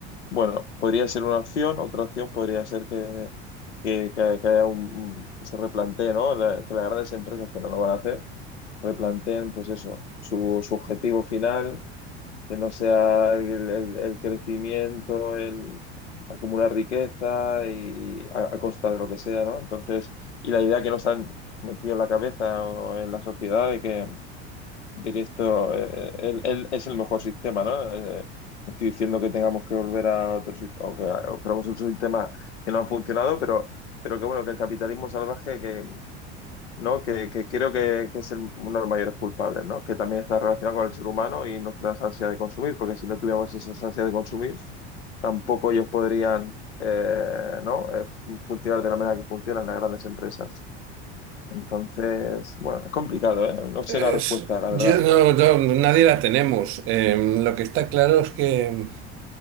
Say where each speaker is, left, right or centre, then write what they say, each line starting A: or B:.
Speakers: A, on the left; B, on the right.
A: bueno, podría ser una opción, otra opción podría ser que, que, que- que haya un, que se replantee, ¿no? la- que las grandes empresas que no lo van a hacer replanteen, pues eso, su, su objetivo final, que no sea el, el- el crecimiento, el acumular riqueza y a, a costa de lo que sea, ¿no? Entonces, y la idea que nos han metido en la cabeza o en la sociedad de que de que esto eh, el- el- es el mejor sistema, ¿no? Eh, no estoy diciendo que tengamos que volver a otro sistema, o que a- o probemos otros sistemas que no han funcionado, pero, pero que bueno, que el capitalismo salvaje, que, ¿no? Que, que creo que, que es el- uno de los mayores culpables, ¿no? Que también está relacionado con el ser humano y nuestras ansias de consumir, porque si no tuviéramos esas ansias de consumir, tampoco ellos podrían, eh, ¿no? Eh, funcionar de la manera que funcionan las grandes empresas. Entonces, bueno, es complicado, ¿eh? No sé
B: Es-
A: la respuesta, la
B: yo
A: verdad.
B: no, no- nadie la tenemos. Eh, lo que está claro es que,